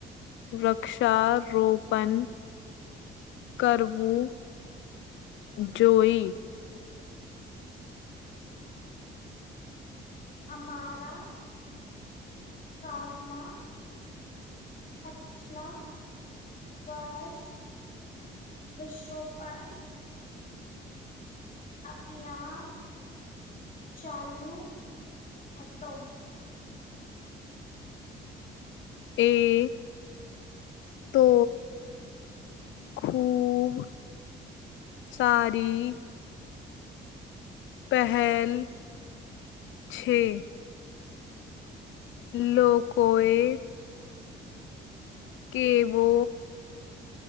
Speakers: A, on the left; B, on the left.
A: વૃક્ષારોપણ કરવું જોઈ.
B: <inaudible> અમારા કાફમા પછલા વર્ષ વિશોપણ અભિયાન ચાલુ હતો.
A: એ તો ખુબ સારી પહેલ છે. લોકોએ કેવો